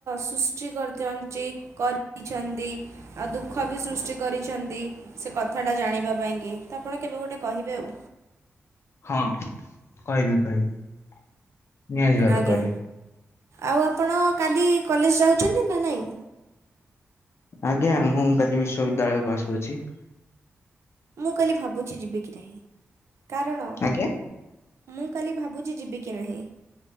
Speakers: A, on the right; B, on the left.
A: ସୃଷ୍ଟି କରି କରଦିଅଞ୍ଚି, କରିଛନ୍ତି ଆଉ ଦୁଃଖ ବି ସୃଷ୍ଟି କରିଛନ୍ତି ସେ କଥାଟା ଜାଣିବା ପାଇଁ କି ତ ଆପଣ କେବେ ଗୋଟେ କହିବେ ଆଉ।
B: ହଁ କହିବି କହିବି। ନିହାତି ଭାବେ
A: ଆଜ୍ଞା
B: କହିବି।
A: ଆଉ ଆପଣ କାଲି କଲେଜ୍ ଯାଉଚନ୍ତି ନା ନାଇଁ?
B: ଆଜ୍ଞା ମୁଁ କାଲି ବିଶ୍ବିଦ୍ୟାଳୟକୁ ଆସୁଅଛି।
A: ମୁଁ କାଲି ଭାବୁଛି ଯିବି କି ନାହିଁ। କାରଣ
B: ଆଜ୍ଞା।
A: ମୁଁ କାଲି ଭାବୁଚି ଯିବି କି ନାହିଁ।